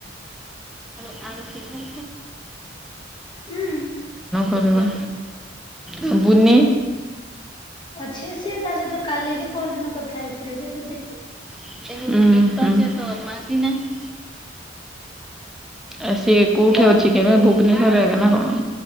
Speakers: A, in the centre; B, on the left.
A: କଅଣ
B: ହୁଁ
A: କରିବା ଶୁବୁନି।
B: ଅଛି ସିଏ ତା ସହିତ କାଲି କି ପହରଦିନ କଥା ହେଇଥିଲି ଯେ ଦିଦି।
A: ଉଁହୁଁ। ଆ ସିଏ କୋଉଠି
B: ତ
A: ଅଛି କେବେ ଭୁବନେଶ୍ୱରରେ ଆଗେ ନା କଣ?